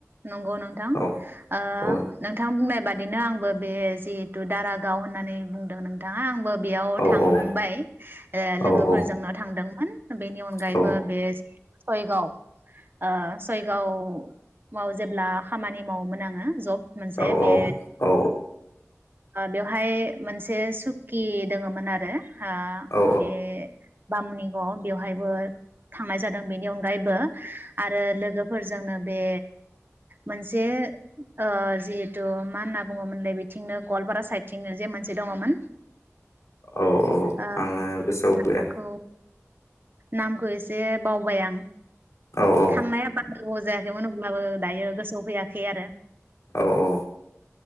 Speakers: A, on the right; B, on the left.
A: नंगौ नोंथां
B: औ
A: ओ
B: औ
A: नोंथां बुंनाय बादि बिदिनो आंबो बे जिहेतु दारागाव होननानै बुंदों नोंथाङा आंबो बेयाव
B: औ
A: थांबाय
B: औ
A: ओ लोगोफोरजोंनो
B: औ औ
A: थांदोंमोन। बेनि अनगायैबो
B: औ
A: बे <unintelligible> आ सयगाव माव जेब्ला खामानि मावोमोन आङो जब मोनसे
B: औ
A: बे
B: औ
A: बेवहाय मोनसे सुकि दोङोमोन आरो हा
B: औ
A: बे बामुनिगाव बेवहायबो थांनाय जादों बेनि अनगायैबो आरो लोगोफोरजोंनो बे मोनसे ओ जिहेथु मा होनना बुङोमोनलाय बिथिंनो गवालपारा साइदथिंनो जे मोनसे दङमोन।
B: औ औ
A: ओ
B: आङो गोसोआव
A: नामखौ
B: गैया
A: नामखौ एसे बावबाय आं
B: औ औ
A: थांनाया बां जाया मोन अब्लाबो दायो गोसोआव फैयाखै आरो।
B: औ औ